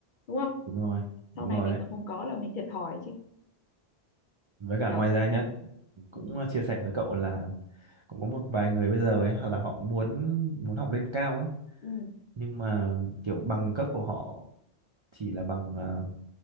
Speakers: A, on the left; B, on the right.
A: đúng không
B: đúng rồi đúng
A: sau này
B: rồi
A: mình
B: đấy
A: mà không có là mình thiệt thòi chứ
B: với cả
A: nhở
B: ngoài ra nhá cũng
A: ừ.
B: ờ, chia sẻ với cậu là cũng có một vài người bây giờ ấy hoặc là họ muốn muốn học lên cao ấy
A: Ừ.
B: nhưng mà kiểu bằng cấp của họ chỉ là bằng ờ,